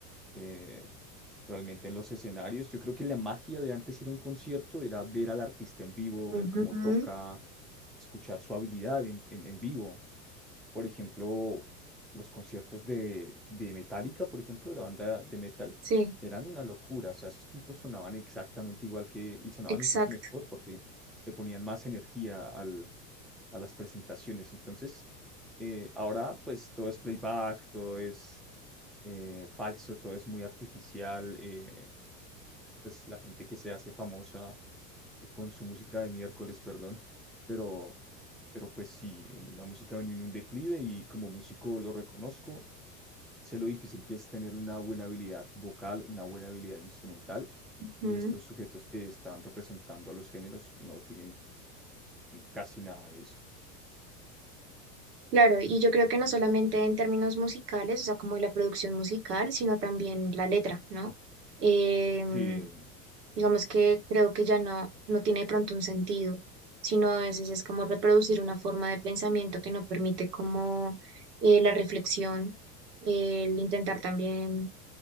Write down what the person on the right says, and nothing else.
ujú,
ujú.
Sí,
exacto.
Ujú.
Claro, y yo creo que no solamente en términos musicales, o sea, como la producción musical, sino también la letra, ¿no? Em,
Digamos que creo que ya no, no tiene de pronto un sentido, sino a veces es como reproducir una forma de pensamiento que no permite como eh, la reflexión, el intentar también